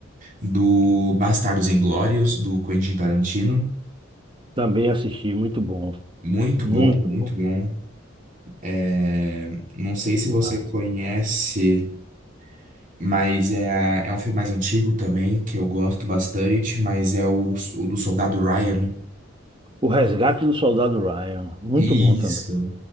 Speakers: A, on the right (about 40°); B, on the right (about 25°).
A: do Bastardos Inglórios, do Quentin Tarantino.
B: Também assisti, muito bom.
A: Muito
B: Muito
A: bom, muito
B: bom.
A: bom. É, não sei se você
B: Massa.
A: conhece, mas é, a- é um filme mais antigo também, que eu gosto bastante, mas é o, o do Soldado Ryan.
B: O Resgate do Soldado Ryan, muito
A: Isso.
B: bom também.